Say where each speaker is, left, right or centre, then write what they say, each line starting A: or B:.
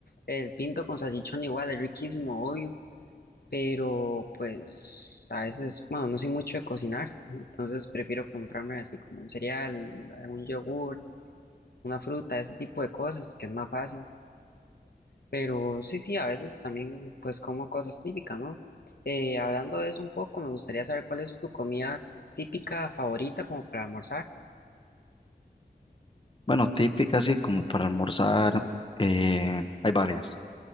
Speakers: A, on the left; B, on the left.
A: El pinto con salchichón igual es riquísimo, obvio, pero pues a veces, bueno, no soy mucho de cocinar, entonces prefiero comprarme así como un cereal, algún yogur, una fruta, ese tipo de cosas, que es más fácil. Pero sí, sí, a veces también pues como cosas típicas, ¿no? Eh, hablando de eso un poco, me gustaría saber cuál es tu comida típica favorita como para almorzar.
B: Bueno, típica así como para almorzar, eh, hay varias.